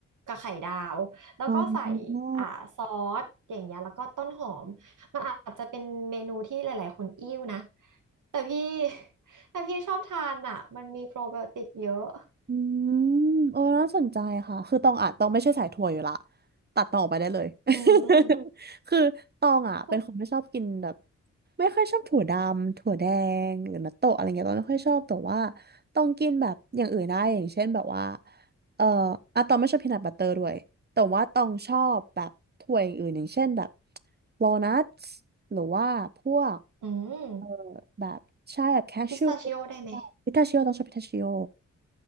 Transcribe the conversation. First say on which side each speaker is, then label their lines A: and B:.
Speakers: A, on the right; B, on the right.
A: กับไข่ดาวแล้วก็ใส่
B: อ๋อ
A: อ่าซอสอย่างเงี้ยแล้วก็ต้นหอม มันอาจจะเป็นเมนูที่หลายๆคนอิ่วนะแต่พี่ <laughs> แต่พี่ชอบทานอ่ะมันมีโปรไบโอติกเยอะ
B: อืมโอ้น่าสนใจค่ะคือตองอ่ะตองไม่ใช่สายถั่วอยู่ละตัดตองออกไปได้เลย
A: อืม
B: <laughs> คือตองอ่ะเป็นคนไม่ชอบกินแบบ
A: คือ
B: ไม่ค่อยชอบถั่วดำถั่วแดงหรือนัตโตะอะไรเงี้ยตองไม่ค่อยชอบแต่ว่าต้องกินแบบอย่างอื่นได้อย่างเช่นแบบว่าเอ่ออะตองไม่ชอบพีนัทบัตเตอร์ด้วยแต่ว่าตองชอบแบบถั่วอย่างอื่นอย่างเช่นแบบวอลนัทหรือว่าพวก
A: อืม
B: เอ่อแบบใช่แบบแคช
A: พิสตาชิโอได้ไหม
B: e วพิทาชิโอต้องชอบพิทาชิโอ